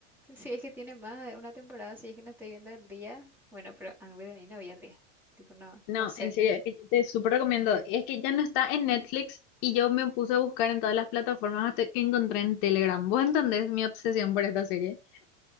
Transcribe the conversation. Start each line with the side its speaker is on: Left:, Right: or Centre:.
Centre: si es que tiene más de una temporada, si es que no estoy viendo el día. Bueno, pero Anne with an E no vi el día. Tipo, no,
Left: No,
Centre: no sé.
Left: en serio, es que yo te súper recomiendo. Es que ya no está en Netflix y yo me puse a buscar en todas las plataformas hasta que encontré en Telegram. ¿Vos entendés mi obsesión por esta serie?